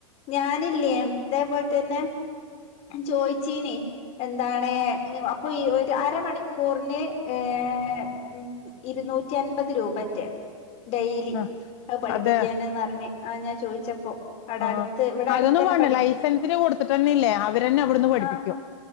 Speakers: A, on the left (about 35°); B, on the left (about 55°).
A: ഞാനില്ലേ ഇതേപോലെ തന്നെ ചോയിച്ചീനി എന്താണ് അപ്പൊ ഈ ഒരു അരമണിക്കൂറിന് ഏർ ഉം ഇരുന്നൂറ്റി അൻപത് രൂപറ്റെ. ഡെയലി
B: ആഹ്
A: പഠിപ്പിക്കാന്
B: അതെ
A: ന്നറഞ്ഞ് ആ ഞാൻ ചോദിച്ചപ്പോ
B: ആഹ്
A: അടുത്ത് ഇവിടെ അടുത്ത
B: അതൊന്നും
A: തന്നെ
B: വേണ്ട
A: പഠിപ്പിക്ക
B: ലൈസൻസിന് കൊടുത്തിട്ടന്നെല്ലേ അവരന്നെ അവിടുന്ന് പഠിപ്പിക്കും
A: ആ